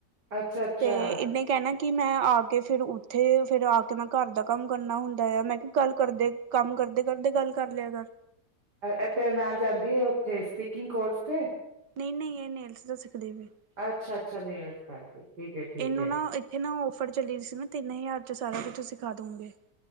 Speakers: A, on the right (about 70°); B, on the right (about 85°).
A: ਅੱਛਾ ਅੱਛਾ
B: ਤੇ ਇਹਨੇ ਕਹਿਣਾ ਕਿ ਮੈਂ ਆ ਕੇ ਫਿਰ ਉੱਥੇ ਫੇਿਰ ਆ ਕੇ ਮੈਂ ਘਰ ਦਾ ਕੰਮ ਕਰਨਾ ਹੁੰਦਾ ਆ ਮੈਂ ਕਿਹਾ ਗੱਲ ਕਰਦੇ ਕੰਮ ਕਰਦੇ ਕਰਦੇ ਗੱਲ ਕਰ ਲਿਆ ਕਰ
A: ਇਹ ਤੇਰੇ ਨਾਲ ਜਾਂਦੀ ਹੈ ਉੱਥੇ ਸਪੀਕਿੰਗ ਕੋਰਸ ਤੇ
B: ਨਹੀਂ ਨਹੀਂ ਇਹ ਨੇਲਸ ਤਾਂ ਸਿੱਖਦੇ ਵੀ
A: ਅੱਛਾ ਅੱਛਾ ਨੌਲਜ਼ ਕਰਕੇ ਠੀਕ ਏ ਠੀਕ
B: ਇਹਨੂੰ
A: ਏ
B: ਨਾ ਇੱਥੇ ਨਾ ਓਫਰ ਚੱਲ ਸੀ ਨਾ ਤਿੰਨ ਹਜ਼ਾਰ ਚ ਸਾਰਾ ਕੁਛ ਸਿਖਾ ਦਉਗੇ